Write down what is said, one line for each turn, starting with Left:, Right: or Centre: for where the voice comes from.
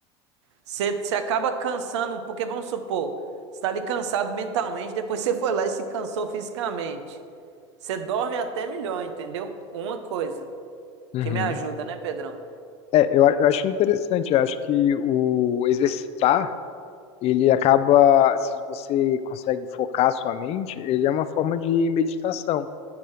Right: Você, você acaba cansando, porque vamos supor, você tá ali cansado mentalmente, depois <laughs> você foi lá e se cansou fisicamente. Você dorme até melhor, entendeu? Uma coisa
Left: Uhum.
Right: que me ajuda, né, Pedrão?
Left: É, eu, a- eu acho interessante. Eu acho que o exercitar ele acaba, se você consegue focar a sua mente, ele é uma forma de meditação